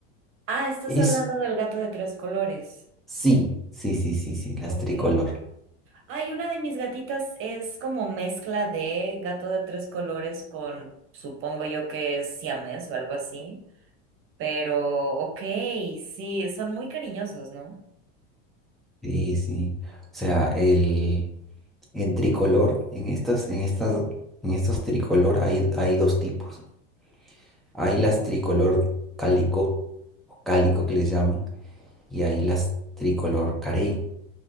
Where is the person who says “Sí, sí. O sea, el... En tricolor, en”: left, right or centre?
Centre